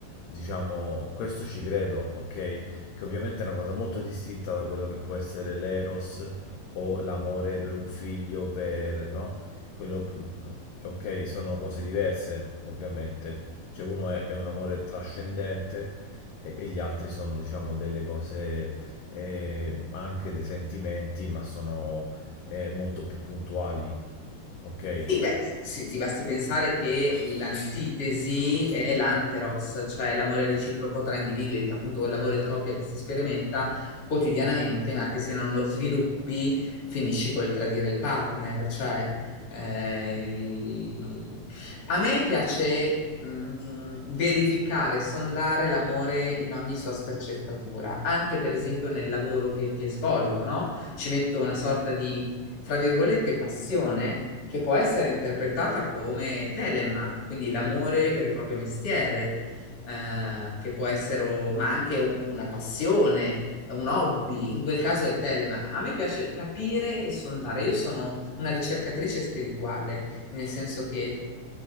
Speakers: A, on the left; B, on the left.
A: diciamo, questo ci credo, ok? Che ovviamente è una cosa molto distinta da quello che può essere l'eros o l'amore per un figlio, per, no? Quello, mm, mm, ok, sono cose diverse, ovviamente. Cioè uno è, è un amore trascendente e, e gli altri sono, diciamo, delle cose, eh, anche dei sentimenti, ma sono eh, molto più puntuali, ok?
B: Sì, beh, s- sì, ti basti pensare che l'antitesi è l'anteros, cioè l'amore reciproco tra individui, appunto quell'amore di coppia che si sperimenta quotidianamente, ma che se non lo sviluppi finisci col tradire il partner. Cioè, eh, il- a me piace mh, verificare, sondare l'amore in ogni sua sfaccettatura, anche per esempio nel lavoro che, che svolgo, no? Ci metto una sorta di fra virgolette, passione che può essere interpretata come telema, quindi l'amore per il proprio mestiere, eh, che può essere, o- ma anche un- una passione, un hobby, in quel caso è telema. A me piace capire e sondare. Io sono una ricercatrice spirituale, nel senso che